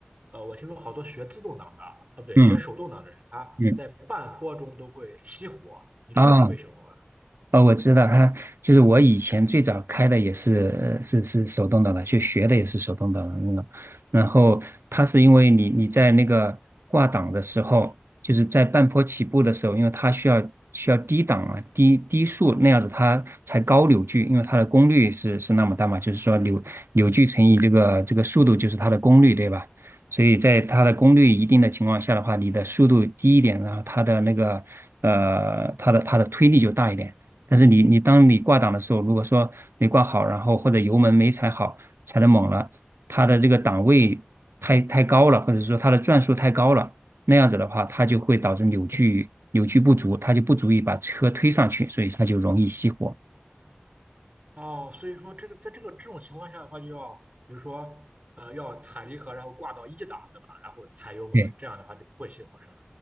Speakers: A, on the right; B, on the right.
A: 呃，我听说好多学自动挡的，啊，不对，
B: 嗯
A: 学手动挡的人，他在半坡中都会熄火，
B: 嗯
A: 你知道这是为什么吗？
B: 啊哦，我知道他就是我以前最早开的也是是是手动挡的，就学的也是手动挡的那种。然后它是因为你你在那个挂档的时候，就是在半坡起步的时候，因为它需要需要低档啊低低速那样子它才高扭矩，因为它的功率是是那么大嘛，就是说扭扭矩乘以这个这个速度就是它的功率，对吧？所以在它的功率一定的情况下的话，你的速度低一点，然后它的那个呃它的它的推力就大一点。但是你你当你挂档的时候，如果说没挂好，然后或者油门没踩好，踩的猛了，它的这个档位太太高了，或者说它的转速太高了，那样子的话，它就会导致扭矩扭矩不足，它就不足以把车推上去，所以它就容易熄火。
A: 哦，所以说这个在这个这种情况下的话，就要比如说，呃，要踩离合，然后挂到一档，对吧？然后踩油门，
B: 对
A: 这样的话就不会熄火，是吗？